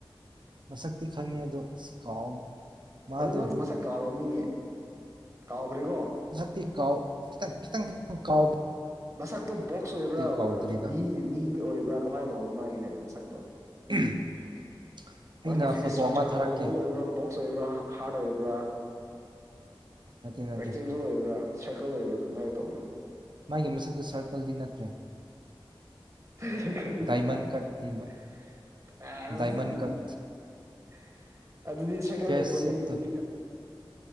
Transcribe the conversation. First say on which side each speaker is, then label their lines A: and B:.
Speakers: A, on the right; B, on the right.
A: ꯃꯁꯛꯇꯤ ꯈꯪꯉꯦ ꯑꯗꯣ ꯀꯥꯎ ꯃꯥꯗꯣ
B: ꯑꯗꯣ ꯅꯪ ꯃꯁꯛ ꯀꯥꯎꯔꯝꯅꯤꯅꯦ <unintelligible> <unintelligible>
A: ꯃꯁꯛꯇꯤ ꯀꯥꯎ ꯈꯤꯇꯪ ꯈꯤꯇꯪ ꯀꯥꯎ
B: ꯃꯁꯛꯇꯣ ꯕꯣꯛꯁ ꯑꯣꯏꯕꯔꯥ
A: ꯀꯥꯎꯗ꯭ꯔꯤꯗ
B: ꯕꯤ ꯕꯤ ꯑꯣꯏꯕꯔ꯭ ꯀꯃꯥꯏ <unintelligible> <unintelligible> ꯃꯁꯛꯇꯣ
A: <unintelligible> ꯑꯩꯅ
B: ꯃꯥꯒꯤ ꯐꯦꯁ
A: ꯐꯣꯇꯣ
B: ꯏꯁꯇ꯭ꯔꯛꯆꯔꯗꯣ
A: ꯑꯃ ꯊꯥꯔꯛꯀꯦ
B: ꯑꯣꯕꯦꯜ ꯑꯣꯏꯕꯔ ꯕꯣꯛꯁ ꯑꯣꯏꯕꯔꯥ ꯍꯥꯔꯗ ꯑꯣꯏꯕꯔꯥ
A: <unintelligible> <unintelligible>
B: ꯔꯦꯛꯇꯦꯡꯒꯜ ꯑꯣꯏꯕ꯭ꯔꯥ ꯁꯔꯀꯜ ꯑꯣꯏꯕ꯭ꯔꯥ ꯀꯃꯥꯏꯅ ꯇꯧꯕ꯭ꯔꯥ
A: ꯃꯥꯒꯤ ꯃꯁꯥꯛꯇꯣ ꯁꯔꯀꯜꯗꯤ ꯅꯠ
B: <unintelligible>
A: ꯗꯥꯏꯃꯟ
B: <unintelligible>
A: ꯀꯠꯅꯦꯕ
B: <unintelligible>
A: ꯗꯥꯏꯃꯟ ꯀꯠ
B: <inaudible> <inaudible>
A: ꯐꯦꯁ ꯁꯦꯞꯇꯨ